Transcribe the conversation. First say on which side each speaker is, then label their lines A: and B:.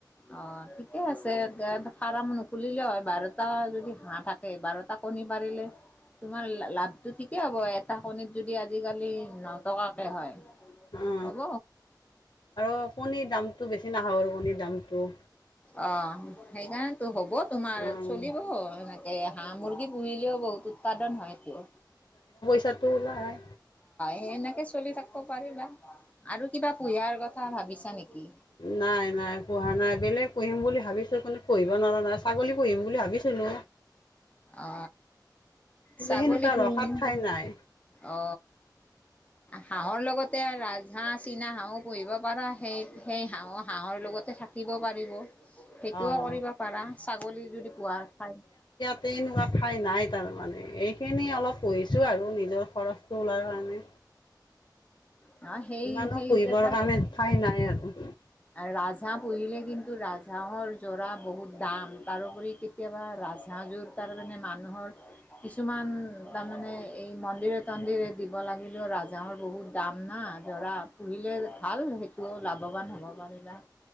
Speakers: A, on the left; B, on the left.
A: অ ঠিকে আছে ফাৰ্ম নুখুলিলে হয় বাৰটা যদি হাঁহ থাকে বাৰটা কণী পাৰিলে তোমাৰ লাভটো ঠিকে হ'ব এটা কণীত যদি আজিকালি নটকাকে হয়
B: অ
A: হ'ব
B: আৰু কণীৰ দামটো বেছি নাহাব আৰু কণীৰ দামটো-
A: অ সেইকাৰণে হ'ব তোমাৰ
B: অঁ
A: চলিব এনেকে হাঁহ মুৰ্গী পুহিলেও বহুত উৎপাদন হয়টো
B: পইছাটো ওলাই
A: সেনেকে চলি থাকিব পাৰিবা আৰু কিবা পুহিয়াৰ কথা ভাবিছা নেকি?
B: নাই নাই পোহা নাই বেলেগ পোহিম বুলি ভাবিছো কিন্তু পোহিব নোৱাৰা নহয় ছাগলী পুহিম বুলি ভাবিছিলো
A: অ ছাগলী
B: সেনেকুৱা
A: পুহিম
B: ৰখাত ঠাই নাই
A: অ হাঁহৰ লগত তে ৰাজহাঁহ চীনা হাঁহো পুহিব পাৰা সেই সেই হাঁহ হাঁহৰ লগতে থাকিব পাৰিব সেইটোও
B: অঁ
A: কৰিব পাৰা ছাগলী যদি পোহা খাই ন
B: এনেকোৱা ঠাই নাই তাৰমানে এইখিনি অলপ পুহিছো আৰু নিজৰ খৰচটো ওলাবৰ কাৰণে
A: নাই ন সেই
B: ইমানো
A: সেইকেইটা
B: পুহিবৰ কাৰণে ঠাই নাই আৰু
A: ৰাজহাঁহ পুহিলে কিন্তু ৰাজহাঁহৰ জোৰা বহুত দাম তাৰোপৰি কেতিয়াবা হাঁহযোৰ তাৰ কাৰণে মানুহৰ কিছুমান তাৰমানে এই মন্দিৰে তন্দিৰে দিব লাগিলেও ৰাজহাহৰ বহুত দাম না জৰা পুহিলে ভাল সেইটো লাভৱান হ'ব পাৰিবা